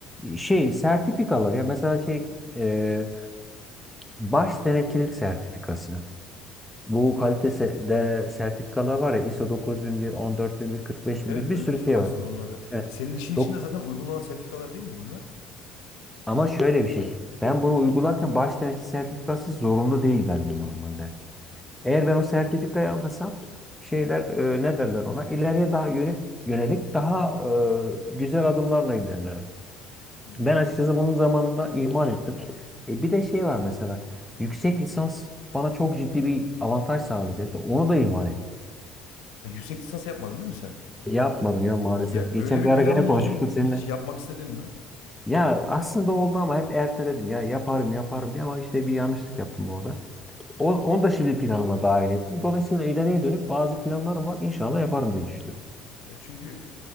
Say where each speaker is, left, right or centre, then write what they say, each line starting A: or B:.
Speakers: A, in the centre; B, on the left.
A: şey sertifikalar ya mesela şey e, baş denetçilik sertifikası. Bu kalitede sertifikalar var ya ISO 9001, 14001, 45001 bir kırk beş
B: Evet
A: bin bir bir
B: duymuştum
A: sürü şey
B: aslında
A: var.
B: onları.
A: Evet.
B: E, senin işin içinde
A: Dok-
B: zaten uygulanan sertifikalar değil mi bunlar?
A: Ama şöyle bir şey. Ben bunu uygularken baş denetçi sertifikası zorunlu değil bende normalde. Eğer ben o sertifikayı alırsam şeyler e, ne derler ona? İleriye daha yönelik, yönelik daha e, güzel adımlarla ilerlerim.
B: Hmm.
A: Ben açıkçası bunun zamanında ihmal ettim. E, bir de şey var mesela. Yüksek lisans bana çok ciddi bir avantaj sağlayacaktı. Onu da ihmal ettim.
B: E, yüksek lisans yapmadın değil mi sen?
A: Yapmadım ya maalesef.
B: Ya
A: Geçen
B: öyle bir
A: bir ara
B: planın
A: gene konuşmuştuk
B: oldu mu peki
A: seninle.
B: hiç? Yapmak istedin mi?
A: Ya aslında oldu ama hep erteledim. Ya yaparım yaparım diye ama işte bir yanlışlık yaptım orada. O- Onu da şimdi planıma dahil ettim. Dolayısıyla ileriye dönüp bazı planlarım var. İnşallah yaparım diye düşünüyorum.
B: Ya çünkü